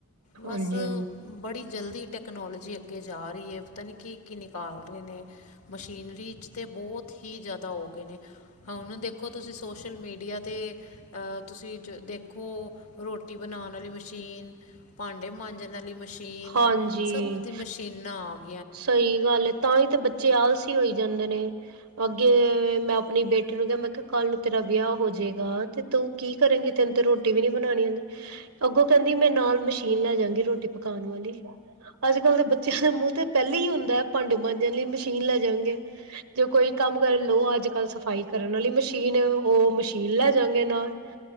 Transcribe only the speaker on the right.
ਹਾਂਜੀ ਹਾਂਜੀ
ਹਾਂਜੀ
ਸਹੀ ਗੱਲ ਤਾਂ ਹੀ ਤੇ ਬੱਚ ਬੱਚੇ ਆਲਸੀ ਹੋਈ ਜਾਂਦੇ ਨੇ ਅੱਗੇ ਮੈਂ ਆਪਣੀ ਬੇਟੀ ਨੂੰ ਕਿਹਾ ਮੈਂ ਕੱਲ ਨੂੰ ਤੇਰਾ ਵਿਆਹ ਹੋਜੇਗਾ ਤੇ ਤੂੰ ਕੀ ਕਰੇਗੀ ਤੈਨੂੰ ਤੇ ਰੋਟੀ ਵੀ ਨੀ ਬਣਾਉਣੀ ਆਂਦੀ। ਅੱਗੋਂ ਕਹਿੰਦੀ ਮੈਂ ਨਾਲ ਮਸ਼ੀਨ ਲੈ ਜਾਂਗੀ ਰੋਟੀ ਪਕਾਉਣ ਵਾਲੀ ਅੱਜ ਕੱਲ ਦੇ ਬੱਚਿਆਂ ਦੇ ਮੂੰਹ ਤੇ ਪਹਿਲੇਾਂ ਹੀ ਹੁੰਦਾ। ਭਾਂਡੇ ਮਾਂਜਣ ਲਈ ਮਸ਼ੀਨ ਲੈ ਜਾਣਗੇ। ਜੇ ਕੋਈ ਕੰਮ ਕਰ ਲਓ ਅੱਜ ਕੱਲ੍ਹ ਸਫ਼ਾਈ ਕਰਨ ਵਾਲੀ ਮਸ਼ੀਨ ਉਹ ਮਸ਼ੀਨ ਲੈ ਜਾਂਗੇ ਨਾਲ।